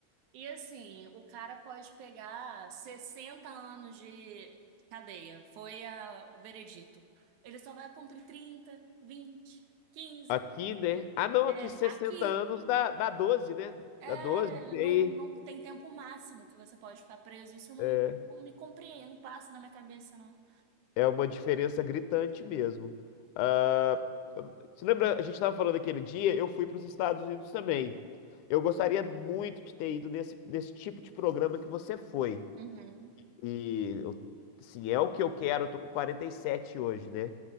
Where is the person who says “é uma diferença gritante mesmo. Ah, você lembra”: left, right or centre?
Left